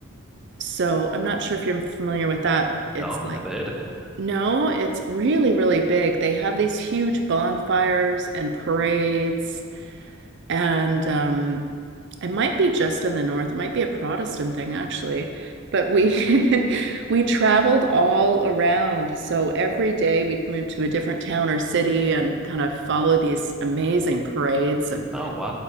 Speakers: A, on the right; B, in the centre.
A: So I'm not sure if you're familiar with that.
B: No,
A: It's like
B: never heard of it.
A: No, it's really, really big. They have these huge bonfires and parades, and um, it might be just in the north. It might be a Protestant thing, actually. But we <laughs> we traveled all around. So every day we'd move to a different town or city and kind of follow these amazing parades and
B: Oh,